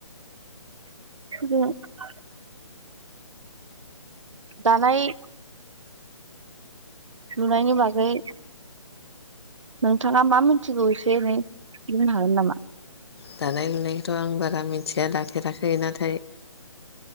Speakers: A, on the right; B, on the left.
A: <unintelligible> दानाय लुनायनि बागै नोंथाङा मा मिथिगौ एसे एनै बुंनो हागोन नामा?
B: दानाय लुनायखौथ' आं बारा मिथिया दाफेराखै नाथाय